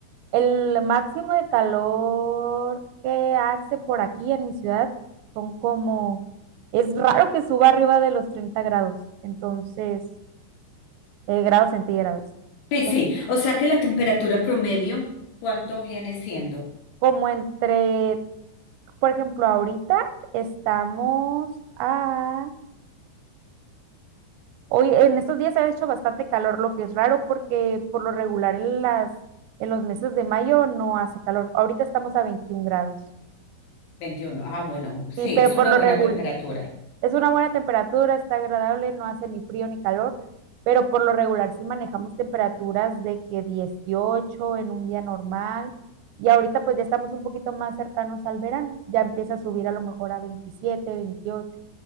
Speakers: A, on the right; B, on the left.
A: el máximo de calor que hace por aquí en mi ciudad son como, es raro que suba arriba de los 30 grados. Entonces, eh, grados centígrados.
B: Sí,
A: En-
B: sí. O sea que la temperatura promedio, ¿cuánto viene siendo?
A: como entre, por ejemplo, ahorita estamos a... Hoy, en estos días ha hecho bastante calor, lo que es raro porque por lo regular en las, en los meses de mayo no hace calor. Ahorita estamos a 21 grados.
B: 21. Ah, bueno, sí,
A: Sí, pero
B: es
A: por
B: una
A: lo
B: buena
A: regular,
B: temperatura.
A: Es una buena temperatura, está agradable, no hace ni frío ni calor, pero por lo regular sí manejamos temperaturas de que 18 en un día normal y ahorita pues ya estamos un poquito más cercanos al verano, ya empieza a subir a lo mejor a 27 veintiocho